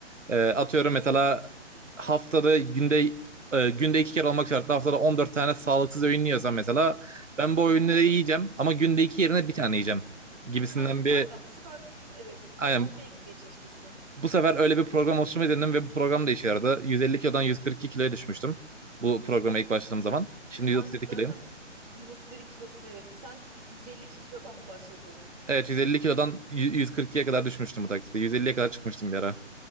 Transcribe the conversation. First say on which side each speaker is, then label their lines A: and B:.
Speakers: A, on the right; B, on the right.
A: E, atıyorum mesela haftada günde e, günde iki kere olmak şartla haftada 14 tane sağlıksız öğün yiyorsam mesela ben bu
B: Ha
A: öğünleri
B: Ha
A: yiyeceğim ama günde iki yerine bir tane yiyeceğim gibisinden
B: Ha
A: bir
B: aynen bu sefer evet
A: aynen
B: azaltmaya gitmeye çalışmışsın.
A: bu sefer öyle bir program oluşturmayı denedim ve bu program da işe yaradı. 150 kilodan 142 kiloya düşmüştüm bu programa
B: S-
A: ilk başladığım zaman. Şimdi
B: Sen
A: 137
B: zaten
A: kiloyum.
B: 137 kilosun evet. Sen 152 kilodan mı başladın?
A: Evet 150 kilodan 142'ye kadar düşmüştüm bu taktikte. 150'ye kadar çıkmıştım bir ara.